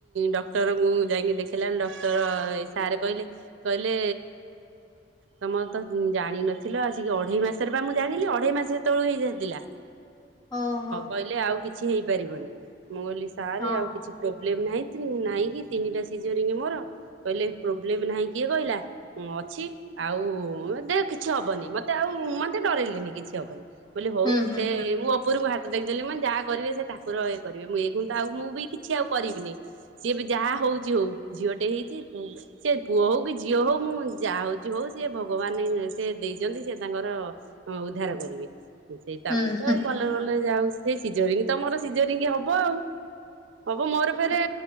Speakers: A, on the right (about 85°); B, on the left (about 25°).
A: ଡକ୍ଟରଙ୍କୁ ଯାଇକି ଦେଖାଇଲା ବେଳେ ଡକ୍ଟର ସାର୍ କହିଲେ କହିଲେ ତମ ତ ଜାଣିନଥିଲ ଆସିକି ଅ ଅଢେଇ ମାସରେ ବା ମୁଁ ଜାଣିଲି ଅଢେଇ ମାସ ଯେତେଳୁ ହେଇଯାଇଥିଲା
B: ଓହୋ
A: କହିଲେ ଆଉ କି କିଛି ହେଇପାରିବନି ମୁଁ ଲି ସାର
B: ହଁ
A: ଆଉ କିଛି ପ୍ରୋବ୍ଲେମ ନାହିଁ ନାହିଁ କି ତିନିଟା ସିଜରିଙ୍ଗ ମୋର କହିଲେ ପ୍ରୋବ୍ଲେମ ନାହିଁ କିଏ କହିଲା? ମୁଁ ଅଛି ଆଉ ଦେ କିଛି ହବନି ମତେ ଆଉ ମତେ ଡରଇଲିନି କିଛି ହବନି। ବୋଲି ହଉ
B: ହୁଁ ହୁଁ
A: ସେ
B: ହୁଁ
A: ମୁଁ ଅ ଉପରଙ୍କୁ ହାତ ଟେକି ଦେଲି ମାନେ ଯାହା କରିବେ ସେ ଠାକୁର ଇଏ କରିବେ ମୁଁ ଏଇ କୁଣ୍ଟା ଆଉ ମୁଁ ଉଇ କିଛି ଆଉ କରିବିନି ସିଏ ଏବେ ଯାହା ହଉଛି ହଉ। ଝିଅଟେ ହେଇଛି ସେ ପୁଅ ହଉ କି ଝିଅ ହଉ ମୁଁ ଯାହା ହଉ। ହଉ ସିଏ ଭଗବାନ ସେ ଦେଇଛନ୍ତି ସେ ତାଙ୍କର ଉଦ୍ଧାର କରିବେ। ସେଇ ତାପରେ
B: ହୁଁ
A: ତ
B: ହୁଁ
A: ଏଇ ବ ଭଲେ ଯାଉ ସେ ସିଝରିଙ୍ଗ ତମର ସିଝରିଙ୍ଗି ହବ। ହବ ମୋର ଫରେ